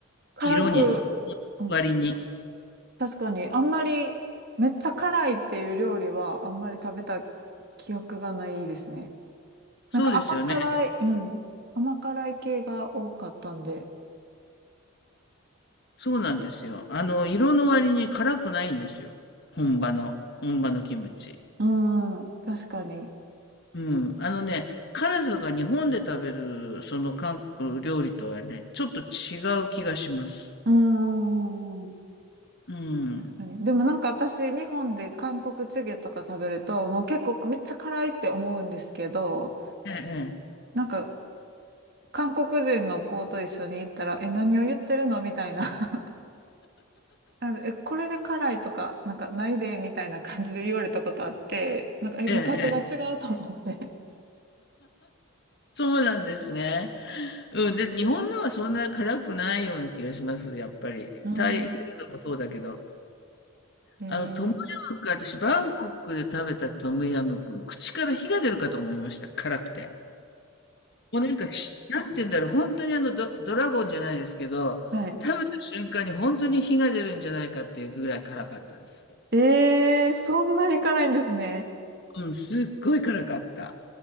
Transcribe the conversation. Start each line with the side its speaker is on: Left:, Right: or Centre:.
Right: 辛く、
Left: 色に、
Right: うん、
Left: 割に。
Right: 確かにあんまりめっちゃ辛いっていう料理はあんまり食べた記憶がないですね。
Left: そうですよね。
Right: なんか甘辛い、うん。甘辛い系が多かったんで。
Left: そうなんですよ。あの、色の割に辛くないんですよ。本場の、本場のキムチ。
Right: うん、確かに。
Left: うん。あのね、辛さが日本で食べる、その韓国料理とはね、ちょっと違う気がします。
Right: うん、うんうん
Left: うん。
Right: 確かに。でもなんか私、日本で韓国チゲとか食べると、もう結構めっちゃ辛いって思うんですけど、
Left: ええ、
Right: なんか韓国人の子と一緒に行ったら、え、何を言ってるのみたいな <laughs> なんでえ、これで辛いとか、なんかないで、みたいな感じで言われたことあって、なんか、え、
Left: ええ、
Right: 味覚が違うと思って。
Left: ええ。そうなんですね。うん、で、日本のはそんな辛くないような気がします、やっぱり。
Right: うん。
Left: タイフードもそうだけど。
Right: <laughs> えー、
Left: あの、トムヤムクン、私、バンコクで食べたトムヤムクン、口から火が出るかと思いました、辛くて。もうなんかし、なんて言うんだろう、本当にあのド、ドラゴンじゃないですけど、
Right: はい。
Left: 食べた瞬間に本当に火が出るんじゃないかっていうぐらい辛かったです。
Right: ええーそんなに辛いんですね。
Left: うん、すっごい辛かった。